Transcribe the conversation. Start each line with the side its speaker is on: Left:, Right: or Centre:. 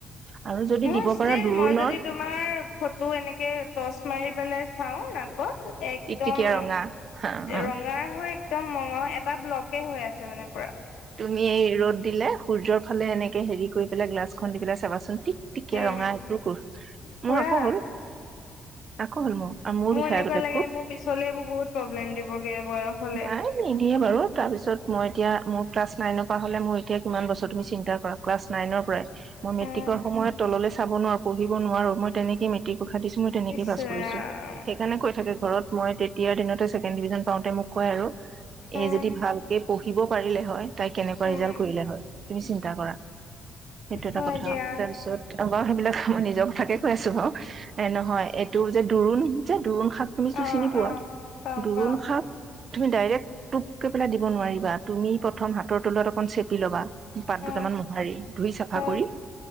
Right: আৰু যদি
Left: মোৰ
Right: দিব
Left: ষ্টিল
Right: পাৰা দোৰোণৰ
Left: মই যদি তোমাৰ ফটো এনেকে টচ মাৰি পেল চাওঁ নাকত একদম
Right: টিকটিকিয়া ৰঙা অ
Left: ৰঙা হয় একদম মঙহ এটা ব্লক হৈ আছে মানে পুৰা
Right: তুমি এই ৰ'দ দিলে সূৰ্যৰ ফালে এনেকে হেৰি কৰি পেলাই গ্লাছ খন্দি পেলাই চাবাচোন ঠিক তিকীয়া
Left: উম
Right: ৰঙা এইটো কোৰ
Left: পুৰা
Right: মোৰ আকৌ হ'ল আকৌ হ'ল মোৰ। আৰু মোৰ বিষয়
Left: এনেকুৱা
Right: আগতে
Left: লাগে
Right: খুব
Left: মোৰ পিছলে এইবোৰ বহুত প্ৰব্লেম দিবগে বয়স হলে
Right: নাই নিদিয়ে বাৰু তাৰ পিছত মই এতিয়া মোৰ ক্লাছ নাইনৰ পৰা হলে মোৰ এতিয়া কিমান বছৰ তুমি চিন্তা কৰা ক্লাছ নাইনৰ পৰাই। মই মেট্ৰিকৰ
Left: উম
Right: সময়ত তললৈ চাব নোৱাৰো পঢ়িব নোৱাৰো মই তেনেকে মেট্ৰিক কখা দিছো মই তেনেকে
Left: ইচ
Right: পাছ
Left: ৰাম
Right: কৰিছো সেইকাৰণে কৈ থাকে। ঘৰত মই তেতিয়াৰ দিনতেই ছেকেণ্ড ডিভিজন পাওঁতেই মোক কৈ আৰু
Left: উম
Right: এই যদি ভালকে পঢ়ি দিব পাৰিলে হয় তাই কেনেকুৱা
Left: উম
Right: ৰিজাল্ট কৰিলে হয় তুমি চিন্তা কৰা। সেইটো এটা
Left: হয়
Right: কথা
Left: দিয়া
Right: তাৰপিছত এবাৰ সেইবিলাক মই নিজৰ কথাকে কৈ আছো বাৰু। এ নহয় এইটো যে দৰো নহয় যে দোৰোণ শাক তুমি যটো
Left: অ
Right: চিনি পোৱা
Left: অ পাওঁ
Right: দোৰোণ
Left: পাওঁ
Right: শাক তুমি ডাইৰেক্ট টোপকে পেলাই দিব নোৱাৰিবা তুমি প্ৰথম হাতৰ তলুৱাতোত <unintelligible> চেপি ল'বা পাত
Left: অ
Right: দুটামান মোহাৰি ধুই চাফা
Left: অ
Right: কৰি